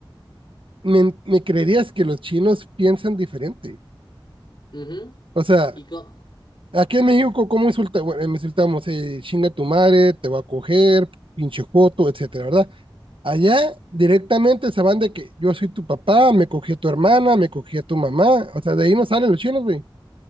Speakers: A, on the right; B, on the left.
A: me, me creerías que los chinos piensan diferente.
B: Ujú.
A: O sea,
B: Y co-
A: Aquí en México, ¿cómo insulta? Bueno, me insultamos, eh, chinga tu madre, te va a coger, pinche joto, etcétera, ¿verdad? Allá directamente se van de que yo soy tu papá, me cogí a tu hermana, me cogí a tu mamá. O sea, de ahí no salen los chinos, güey.